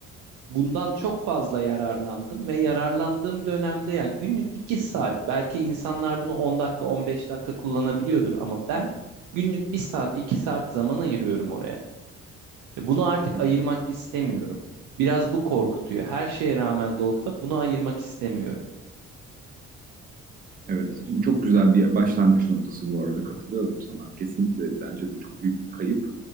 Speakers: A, on the right; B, on the right.
A: Bundan çok fazla yararlandım ve yararlandığım dönemde ya günlük iki saat belki insanlar bunu 10 dakika 15 dakika kullanabiliyordur ama ben günlük bir saat 2 saat zaman ayırıyorum oraya. E bunu artık
B: Hı hı,
A: ayırmak istemiyorum. Biraz bu korkutuyor.
B: hı hı.
A: Her şeye rağmen de olsa bunu ayırmak istemiyorum
B: Evet, çok güzel bir başlangıç noktası bu arada. Katılıyorum sana. Kesinlikle bence de çok büyük bir kayıp.